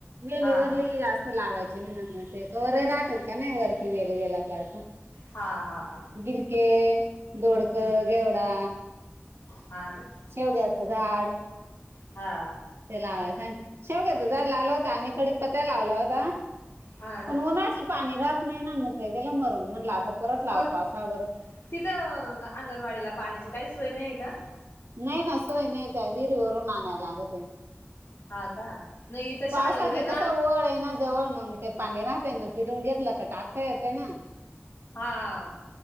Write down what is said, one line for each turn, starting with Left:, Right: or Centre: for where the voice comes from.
Right: वेली
Left: हा
Right: वरली
Left: हा
Right: लई असती. लावायचे म्हणून ते का वरे राहतात का नाही वरती वेल गेला की आस.
Left: हा हा हा.
Right: गिलके, दोडक,
Left: गिरी
Right: घेवडा
Left: हा ना.
Right: शेवग्याच झाड.
Left: हा
Right: ते ला सांग शेवग्याच्या झाडं लावल होता आम्ही कडीपत्ता लावला होता.
Left: हा ना
Right: पण उनाशी पाणी राहत नाही ना मग ते गेले मरून म्हटलं आता परत लाव
Left: मग
Right: पावसा भर
Left: तिथं अंगणवाडीला पाण्याची काही सोय नाही का?
Right: नाही ना सोय नाही काही विहिरीवररून आणाला लागतेय.
Left: हा का नाही इथं
Right: पावसाचे
Left: शाळेवर आहे ना
Right: कस वळ आहे ना. जवळ मग ते पाणी राहतय मग फिरून घेतलं त टाक येते ना.
Left: हा.